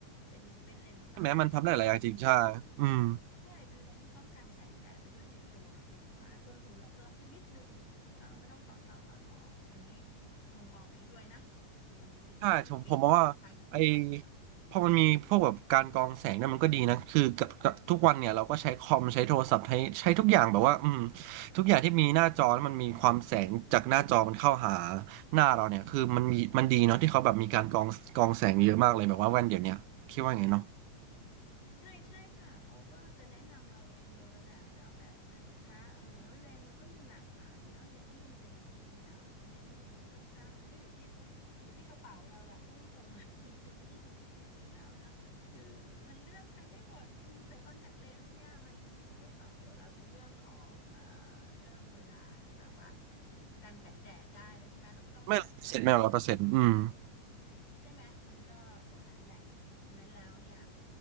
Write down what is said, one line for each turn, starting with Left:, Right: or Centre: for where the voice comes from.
Left: เป็นเป็นเลนส์ตาเราแต่ว่าเป็น
Right: แม้มันทำได้หลายอย่างจริงใช่อืม
Left: ที่ใช่เป็นเลนส์ที่ป้องกันแสงแดดไปด้วยในตัวเพียงแต่ว่าต้นทุนเราเพิ่มขึ้นนิดนึงแล้วเราไม่ต้องถอดเข้าถอดออกอันนี้ มุมมองปิงด้วยนะในในสิ่งที่คือปิงปิงใช้ทุกวัน
Right: ใช่ผมผมมองว่าไอ้พอมันมีพวกแบบการกรองแสงเนี่ยมันก็ดีนะคือกับกับทุกวันเนี่ยเราก็ใช้คอมใช้โทรศัพท์ใช้ใช้ทุกอย่างแบบว่าอืมทุกอย่างที่มีหน้าจอแล้วมันมีความแสงจากหน้าจอมันเข้าหาหน้าเราเนี่ยคือมันมีมันดีเนาะที่เขาแบบมีการกรองกรองแสงเยอะมากเลยแบบว่าแว่นเดี๋ยวเนี้ยคิดว่าไงเนาะ
Left: ใช่ใช่ค่ะเขาก็จะแนะนำเราเองเลยแหละจะเอาแบบไหนคะเออแล้วเลนมันก็มีหลากหลายเนาะเลนที่มีอายุยืนยาวหรือเลนที่มีอายุสั้นๆมันก็อยู่ที่อยู่ที่กระเป๋าเราแหละพูดตรงๆนะ <laughs> คุณโทนี่จริงๆแล้วนะคือมันเลือกคัดได้หมดอืมแต่คอนแทคเลนส์เนี่ยมันไม่ได้ตอบโจทย์เราในเรื่องของเอ่อเรื่องเวลาที่แบบว่ากันแสงแดดได้เลยใช่ไหมเราก็ต้องหยิบแว่นกันแดดมาใส่
Right: ไม่เสร็จไม่ร้อยเปอร์เซ็นต์อืม
Left: ใช่ไหมมันก็อย่างนั้นแหละฉะนั้นแล้วเนี่ย